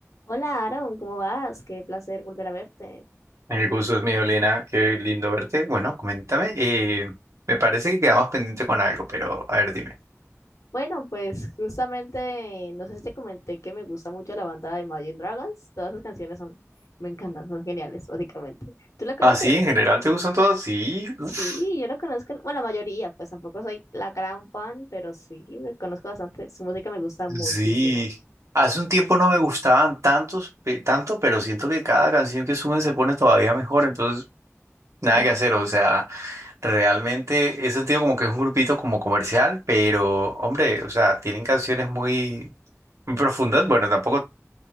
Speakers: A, on the left; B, on the right.
A: Hola Aaron, ¿cómo vas? Qué placer volver a verte.
B: El gusto es mío, Elena. Qué lindo verte. Bueno, coméntame. eh, me parece que quedamos pendiente con algo, pero a ver, dime.
A: Bueno, pues justamente, no sé si te comenté que me gusta mucho la banda de Imagine Dragons. Todas sus canciones son, me encantan, son geniales, básicamente. ¿Tú la conoces?
B: ¿Ah, sí? ¿En general te gustan todos? Sí.
A: Sí,
B: uf,
A: yo la conozco, bueno, la mayoría, pues tampoco soy la gran fan, pero sí, me conozco bastante. Su música me gusta muchísimo.
B: sí. Hace un tiempo no me gustaban tantos, pe- tanto, pero siento que cada canción que suben se pone todavía mejor. Entonces, nada
A: <laughs>
B: que hacer. O sea, realmente he sentido como que es un grupito como comercial, pero, hombre, o sea, tienen canciones muy, muy profundas. Bueno, tampoco,